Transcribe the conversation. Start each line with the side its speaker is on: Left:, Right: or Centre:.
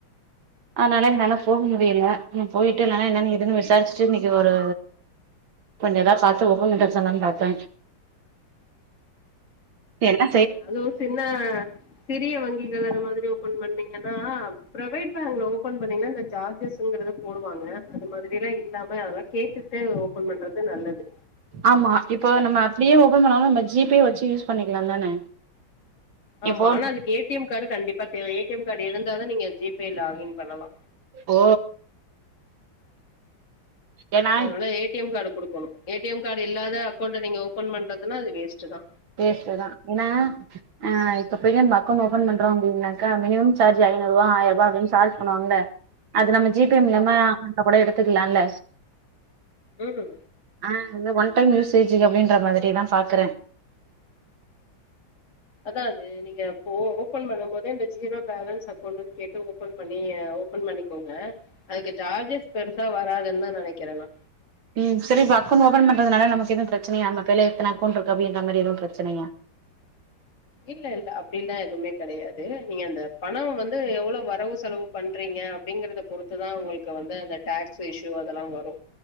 Right: அதனால என்னால போ முடில ஆன போயிட்டு இல்லனா என்னனு எதுன்னு விசாரிச்சுட்டு இன்னைக்கு ஒரு கொஞ்ச எதாவது பாத்து ஒப்பன் பண்டு வர சொல்லானு பாத்த கேல
Left: அதுவு சின்ன சிறிய வங்கிகள் அந்த மாதிரி ஓபன் பண்ணீங்கன்னா ப்ரவேட் பேங்க்ல ஓபன் பண்ணிங்னா இந்த சார்ஜஸ்ங்கறத போடுவாங்க அது மாதிரில்லா இல்லாம அதெல்லா கேட்டுட்டு ஓபன் பண்றது நல்லது
Right: ஆமா இப்போ நம்ம அப்டியே ஓபன் பண்ணாலு நம்ம ஜி பே வச்சு யூஸ் பண்ணிக்கலா தான
Left: ஆமா
Right: இப்போ
Left: ஆனா அதுக்கு ஏ டி எம் கார்டு கண்டிப்பா தேவ ஏ டி எம் கார்டு இருந்தா தா நீங்க ஜிபே லாக்இன் பண்ணலா
Right: ஓ ஏன்னா
Left: அதனால ஏ டி எம் கார்டு குடுக்கணு ஏ டி எம் கார்டு இல்லாத அக்கௌண்ட நீங்க ஓபன் பண்றதுனா அது வேஸ்ட் தா
Right: வேஸ்ட்தா என்னா ஆ இப்பபோயி நம்ப அக்கவுண்ட் ஓபன் பண்றோ அப்டினாக்கா மினிமம் சார்ஜ் ஐநூறுவா ஆயருவா அப்டின்னு சார்ஜ் பண்ணுவாங்கல்ல அது நம்ம ஜிபே மூலியமா
Left: ஆமா
Right: அக்கவுண்ட்ல கூட எடுத்துக்கலால்ல
Left: ம்
Right: ஆ இது ஒன் டைம் யூசேஜு அப்டின்ற மாதிரிதா பாக்கற
Left: அதா அது நீங்க அப்போ ஓபன் பண்ணு போதே இந்த ஜீரோ பேலன்ஸ் அக்கோண்ட்ன்னு கேட்டு ஓபன் பண்ணி ஓபன் பண்ணிக்கோங்க அதுக்கு சார்ஜஸ் பெருசா வராதுன்னு தா நெனைக்கிற நா
Right: ம் சரி இப்ப அக்கவுண்ட் ஓப்பன் பண்ரதுனால நமக்கு எதுவு பிரச்சனையா நம்ம கைல எத்தன அக்கவுண்ட் இருக்கு அப்டின்ற மாரி எதுவு பிரச்சனையா
Left: இல்ல இல்ல அப்டில்லா எதுமே கெடயாது நீங்க அந்த பணோ வந்து எவ்ளோ வரவு செலவு பண்றீங்க அப்டிங்கறத பொறுத்துதா உங்களுக்கு வந்து அந்த டாக்ஸ் இஷ்யூ அதெல்லா வரு